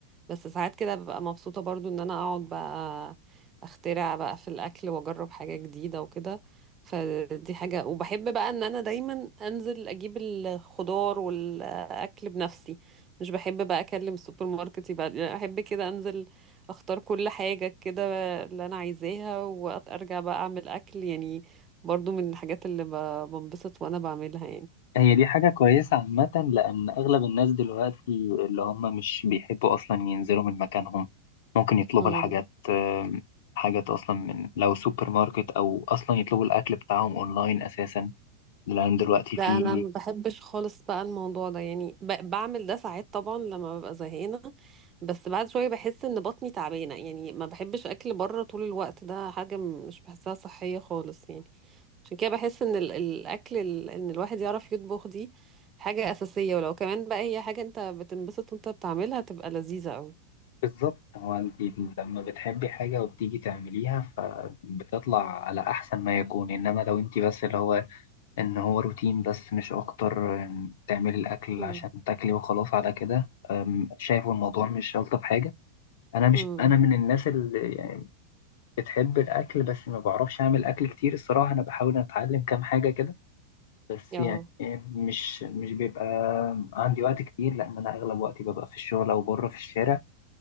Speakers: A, on the right (about 25°); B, on the left (about 55°).
A: بس ساعات كده ببقى مبسوطة برضو ان انا اقعد بقى اخترع بقى في الاكل واجرب حاجة جديدة وكده فدي حاجة وبحب بقى ان انا دايما انزل اجيب الخضار والاكل بنفسي مش بحب بقى اكلم السوبر ماركت يبقى يعني احب كده انزل اختار كل حاجة كده اللي انا عايزاها وارجع بقى اعمل اكل يعني برضو من الحاجات اللي ب- بنبسط وانا بعملها
B: هي دي حاجة كويسة عامة لأن أغلب الناس دلوقتي اللي هم مش بيحبوا أصلا ينزلوا من مكانهم ممكن يطلبوا
A: يعني
B: الحاجات آم، حاجات أصلا من لو سوبر ماركت أو أصلا يطلبوا الأكل بتاعهم أونلاين أساسا لأن دلوقتي
A: لا
B: في
A: انا ما بحبش خالص بقى الموضوع ده يعني ب- بعمل ده ساعات طبعا لما ببقى زهقانه بس بعد شويه بحس ان بطني تعبانه يعني ما بحبش اكل بره طول الوقت ده حاجه م- مش بحسها صحيه خالص يعني عشان كده بحس ان ال- الاكل ال- ان الواحد يعرف يطبخ دي حاجه اساسيه ولو كمان بقى هي حاجه انت بتنبسط وانت بتعملها تبقى لذيذه قوي
B: بالظبط هو أنت لما بتحبي حاجة وبتيجي تعمليها فبتطلع على أحسن ما يكون إنما لو أنت بس اللي هو إن هو روتين بس مش أكتر آم، تعملي الأكل
A: امم
B: عشان تاكلي وخلاص على كده آم، شايفه الموضوع مش ألطف حاجة انا مش
A: امم
B: انا من الناس اللي يعني بتحب الاكل بس ما بعرفش اعمل اكل كتير الصراحه انا بحاول اتعلم كام حاجه كده بس
A: اه
B: يعني مش مش بيبقى عندي وقت كتير لان انا اغلب وقتي ببقى في الشغل او بره في الشارع